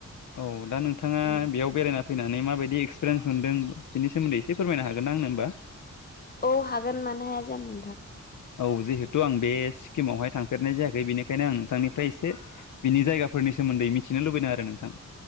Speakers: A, on the left; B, on the left.
A: औ दा नोंथाङा
B: औ
A: बेयाव बेरायना फैनानै माबायदि एक्सपिरियन्स मोनदोंनि बिनि सोमोन्दै एसे फोरमनो हागोन ना आंनो होमबा?
B: औ हागोन मानो हाया जानो नोंथां।
A: औ जिहेथु आं बे सिक्किमावहाय थांफेरनाय जायाखै बेनिखायनो आं नोंथांनिफ्राय एसे बिनि जायगाफोरनि सोमोन्दै मिथिनो लुबैदों आरो नोंथां।